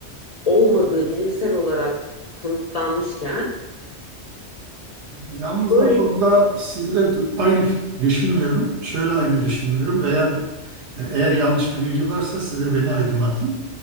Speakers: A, on the left (about 55°); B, on the right (about 70°).
A: olmadığı bilimsel olarak kanıtlanmışken
B: Yalnız
A: böyle
B: o konuda sizle d- aynı f- düşünmüyorum. Şöyle aynı düşünmüyorum veya b- e, eğer yanlış bir bilgi varsa siz de beni aydınlatın.